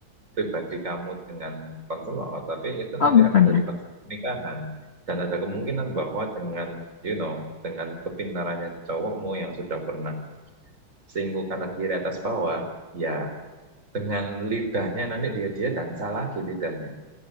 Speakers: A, on the right; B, on the left.
A: pribadi kamu dengan konselor, tapi itu
B: Oh,
A: nanti
B: bukan
A: akan dari
B: ya.
A: counseling pernikahan. Dan ada kemungkinan bahwa dengan, you know, dengan kepintarannya cowokmu yang sudah pernah singgung kanan kiri atas bawah, ya dengan lidahnya nanti dia dia dansa lagi lidahnya.